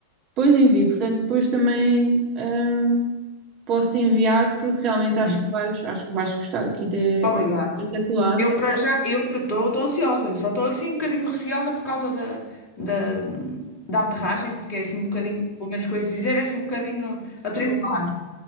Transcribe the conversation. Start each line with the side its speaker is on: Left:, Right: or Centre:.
Right: Depois envio, portanto, depois também hum, posso-te enviar porque realmente acho
Left: hein?
Right: que vais, acho que vais gostar aqui de
Left: Obrigada.
Right: espetacular.
Left: Eu para já, eu estou ansiosa, eu só estou assim um bocadinho receosa por causa da, da, da aterragem, porque é assim um bocadinho, pelo menos com isso dizer, é assim um bocadinho atribulado.